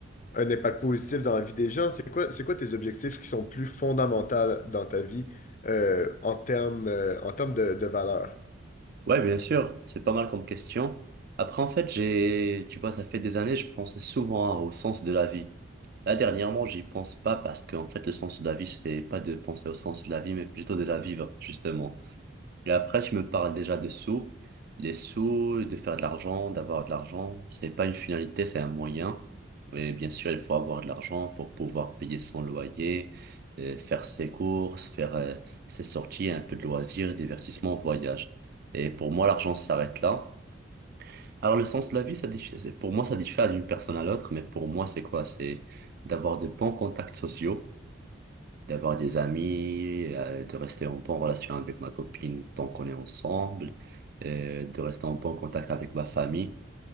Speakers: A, on the left; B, on the right.
A: un impact positif dans la vie des gens, c'est quoi, c'est quoi tes objectifs qui sont plus fondamentaux dans ta vie euh, en termes euh, en termes de, de valeur?
B: Ouais, bien sûr, c'est pas mal comme question. Après, en fait, j'ai, tu vois, ça fait des années, je pensais souvent au sens de la vie. Là, dernièrement, j'y pense pas parce qu'en fait, le sens de la vie, c'était pas de penser au sens de la vie, mais plutôt de la vivre, justement. Et après, tu me parles déjà des sous. Les sous, de faire de l'argent, d'avoir de l'argent, c'est pas une finalité, c'est un moyen. Et bien sûr, il faut avoir de l'argent pour pouvoir payer son loyer, euh, faire ses courses, faire euh, ses sorties, un peu de loisirs, divertissement, voyage. Et pour moi, l'argent s'arrête là. Alors, le sens de la vie, ça diffère, pour moi, ça diffère d'une personne à l'autre, mais pour moi, c'est quoi? C'est d'avoir de bons contacts sociaux d'avoir des amis, euh, de rester en bonne relation avec ma copine tant qu'on est ensemble, euh, de rester en bon contact avec ma famille